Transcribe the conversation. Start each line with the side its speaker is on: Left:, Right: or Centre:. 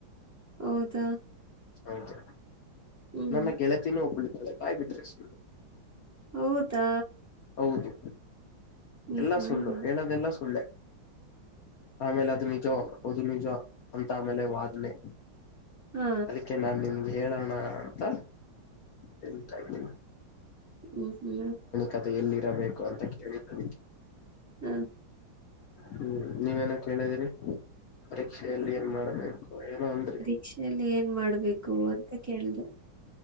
Right: ಹೌದಾ
Left: ಹೌದು
Right: ಹ್ಮ್
Left: ನನ್ನ ಗೆಳತಿನೂ ಒಬ್ಬಳಿದ್ದಾಳೆ ಬಾಯ್ ಬಿಟ್ರೆ ಸುಳ್ಳು.
Right: ಹೌದಾ
Left: ಹೌದು
Right: ಹ್ಮ್
Left: ಎಲ್ಲಾ
Right: ಹ್ಮ್
Left: ಸುಳ್ಳು ಹೇಳೋದೆಲ್ಲ ಸುಳ್ಳೆ ಆಮೇಲೆ ಅದು ನಿಜ ಅದು ನಿಜ ಅಂತ ಆಮೇಲೆ ವಾದನೆ
Right: ಹಾ
Left: ಅದಕ್ ಕೆ ನಾನ್ ನಿಮ್ಗೆ ಹೇಳೋಣ ಅಂತ ಹೇಳತ್ತಾ ಇದ್ದೀನಿ.
Right: ಹ್ಮ ಹೂ
Left: ಕತೆ ಎಲ್ಲಿ ಇರಬೇಕು ಅಂತ ಕೇಳಿ ಕಡಿತವಿ.
Right: ಹ್ಮ
Left: ಹ್ಮ್ ನೀವೇನೋ ಕೇಳಿದಿರಿ ಪರೀಕ್ಷೆಯಲ್ಲಿ ಏನ್ ಮಾಡ್ಬೇಕು ಏನೋ ಅಂದ್ರಿ
Right: ಪರೀಕ್ಷೆಯಲ್ಲಿ ಏನ್ ಮಾಡ್ಬೇಕು ಅಂತ ಕೇಳ್ದೆ.